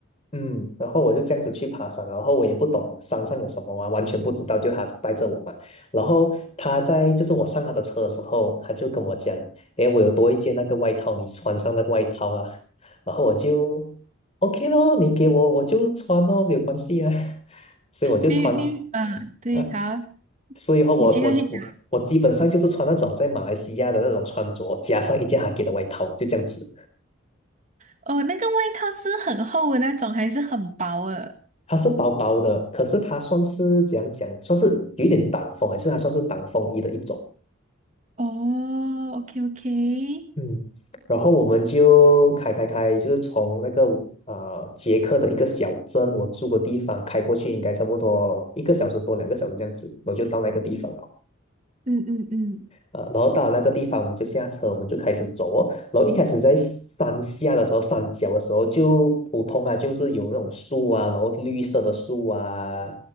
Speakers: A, on the left; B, on the right.
A: 嗯，然后我就这样子去爬山，然后我也不懂山上有什么啊，完全不知道，就他带着我嘛。然后他在就是我上他的车的时候，他就跟我讲，诶，我有多一件那个外套，你穿上那个外套啊。然后我就 OK 咯，你给我我就穿咯，没有关系啊。<laughs> 所以我就穿，
B: 你你嗯，对，
A: 呃，
B: 好，
A: 所以后我我我我基本上就是穿那种在马来西亚的那种穿着，
B: 你接下去讲。
A: 加上一件他给的外套，就这样子。
B: 哦，那个外套是很厚的那种，还是很薄的？
A: 它是薄薄的，可是它算是怎样讲，算是有一点挡风啊，就是它算是挡风衣的一种。
B: 哦，OK OK，
A: 嗯然后我们就开开开，就是从那个呃捷克的一个小镇，我住的地方开过去，应该差不多一个小时多、两个小时这样子，我就到那个地方了。
B: 嗯嗯嗯
A: 呃，然后到了那个地方，我们就下车，我们就开始走哦。然后一开始在山下的时候，山脚的时候就普通啊，就是有那种树啊，然后绿色的树啊，